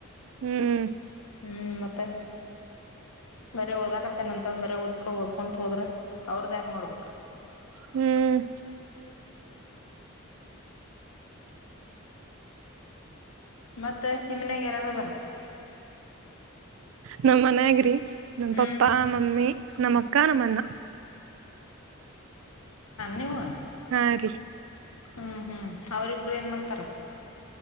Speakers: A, on the right; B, on the left.
A: ಹ್ಮ್
B: ಹ್ಮ್ ಮತ್ತೆ ಬ ಓದ್ಕತ್ತೇನ ಅಂತಂದ ಬೇ ಓದ್ಕ ಓದ್ಕೊಂತ ಹೋದ್ರ ಅವದ್ದ ಯಾರು ನೋಡ್ಬೇಕಕ್
A: ಹ್ಮ್
B: ಮತ್ತೆ ನಿಮನ್ಯಾಗ ಯಾರಾರ ಬರ
A: ನಮ ಮನ ಆಗ ನಮ್ಮ
B: ಹ್ಮ್
A: ಪಪ್ಪಾ ಮಮ್ಮಿ ನಮ್ಮ ಅಕ್ಕ ನಮ್ಮ ಅಣ್ಣ.
B: ನೀವ.
A: ಹಾ ರೀ
B: ಹ್ಮ್ ಹ್ಮ್ ಅವರಿಬ್ರು ಏನ್ ಮಾಡತಾರ.